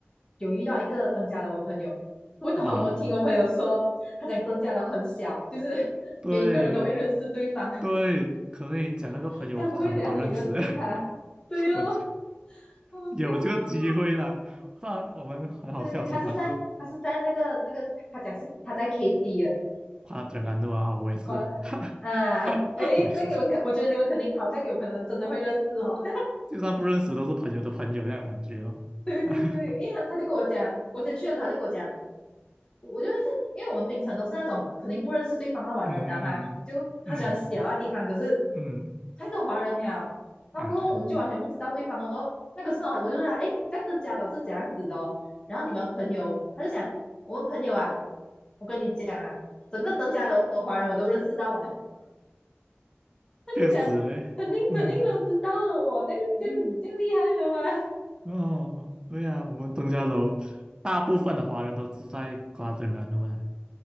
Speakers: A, on the left (about 20°); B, on the right (about 20°).
A: 有遇到一个登嘉楼的朋友，我懂，
B: 哇，
A: 我听我朋友说，他讲登嘉楼很小，就是 <laughs>
B: 对
A: 每一个人都会认识对方，
B: 对，可能你讲那个朋友可能都认识，
A: <laughs> 该不会等下你认识他？
B: <laughs>
A: 对哦，
B: 我
A: 好笑
B: 有这个机会啦。
A: 哦
B: 不然我们很好笑说还是
A: 对对，他是在他是在那个那个，他讲是他在 KD 的，
B: 夸他安诺啊，我也是啊，
A: 关
B: <laughs>
A: 啊，诶，
B: 我也是，
A: 这样你们可，我觉得你们肯定好像有可能真的会认识哦。
B: 就算不认识都是朋友的朋友这样的感觉咯。
A: <laughs> 对对对，
B: <laughs>
A: 因为他他就跟我讲，我先去的时候他就跟我讲。我就是因为我们槟城都是那种肯定不认识对方的玩人的嘛，
B: 嗯嗯
A: 就他喜欢小的地方，可是
B: 嗯
A: 太多华人了，然后过后我们就完全不知道对方哦。
B: 啊，
A: 那个时候我就说，哎，这样子家长是怎样子的哦、然后你们朋友，他就讲我们朋友啊，我跟你讲啊，整个登嘉楼的华人我都认识到完，他就讲
B: 确实嘞，
A: 肯定肯定都知道了我，
B: 嗯
A: 那这样这样厉害的吗？
B: 嗯哦，对呀、啊我们登嘉楼大部分的华人都住在夸整安路啦。